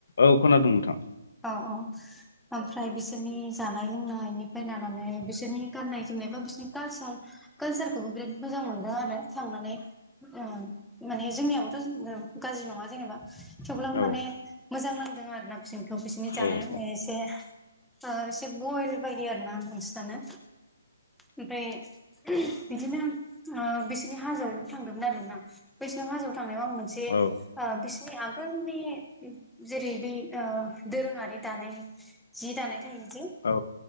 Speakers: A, on the left; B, in the centre.
A: औ खोनादों नोंथां
B: औ औ ओमफ्राय बिसोरनि जानाय लोंनायनि बायनानै बिसोरनि गाननाय जोमनाय बा बिसोरनि कालसार कालसारखौबो बिराद मोजां मोनदों आरो थांनानै ओ माने जोंनियाबोथ' गाज्रि नङा जेनेबा थेवब्लाबो
A: औ
B: माने मोजां नांदों आरो ना बिसनिथ' बिसोरनि जानाय
A: औ
B: लोंनाया एसे से एसे बयल बायदि आर ना बांसिनानो ओमफ्राय <unintelligible> बिदिनो बिसिनि हाजोआव थांदोंमोन आरो ना बैसिनिाव हाजोआव थांनायाव आं जे
A: औ
B: ओ मोने बिसनि आगोलनि जेरै बे दोरोङारि दानाय जि दानाय थायोजि
A: औ